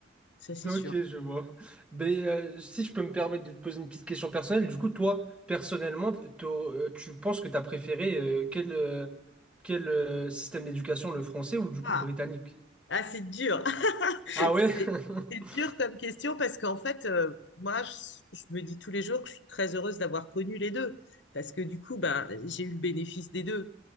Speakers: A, on the left (about 65°); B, in the centre.
A: ça c'est
B: Ok,
A: sûr.
B: je vois. Mais euh, si je peux me permettre de te poser une petite question personnelle, du coup, toi, personnellement, t'au- euh, tu penses que tu as préféré euh, quel, euh, quel euh, système d'éducation, le français ou du
A: Ah,
B: coup le britannique?
A: ah c'est dur. C'est
B: Ah ouais?
A: c'est dur
B: <laughs>
A: comme question parce qu'en fait, euh, moi, je, je me dis tous les jours que je suis très heureuse d'avoir connu les deux. Parce que du coup, ben, j'ai eu le bénéfice des deux.